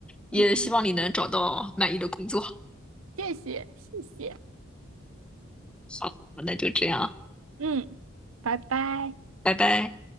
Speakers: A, in the centre; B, on the right.
A: 也希望你能找到满意的工作。
B: 嗯，谢谢谢谢，
A: 好，那就这样，
B: 嗯，拜拜。
A: 拜拜。